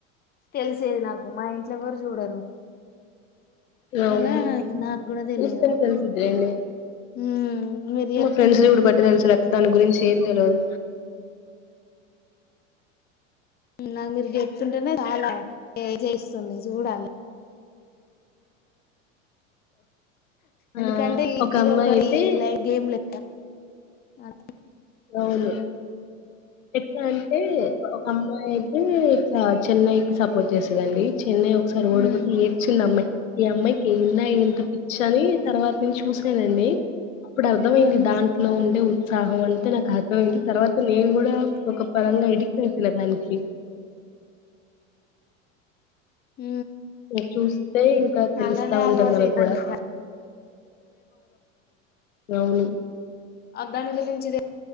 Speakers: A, on the left (about 25°); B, on the left (about 75°).
A: తెలిసేది నాకు మా ఇంట్లో ఎవరు చూడరు
B: అవును
A: అలా నాకు కూడా తెలియదు
B: చూస్తేనే తెలిసిద్దిలేండి
A: హు మీరు చెప్
B: ఫ్రెడ్స్ చూడబట్టి తెలుసు దని గురించి చెం తెలువదు
A: నాకు మీరు చెప్తుంటేనే చాలా చేస్తుంది చూడాలి ఎందుకంటే
B: ఆ ఒక
A: ఇది
B: అమ్మాయి
A: ఒకటి
B: అయితే
A: లై గేమ్ లే అ
B: అవును ఎట్లా అంటే ఒక అమ్మాయికి చెన్నైకి వచ్చేసదండి చెన్నై ఒకసారి ఓడిపోతే
A: మ్మ్
B: ఏడ్చింది అమ్మాయి ఈ అమ్మాయి ఎంద ఏంక శని తర్వాత నేను చూసానండి అప్పుడు అర్థమయింది
A: మ్మ్
B: దాంట్లో ఉండే ఉత్సహం తే నాకు అర్థమయింది తర్వాత నేను కూడా ఒక పరంగా అడిక్ట్ అయిపోయిన దానికి
A: హ
B: ఇంక చూస్తే ఇంకా తెలుస్తా
A: అలానే అలవాటు
B: ఉంటది మనకు
A: అయితందండి
B: కూడా అవును
A: అగగానికి గురించి ఇది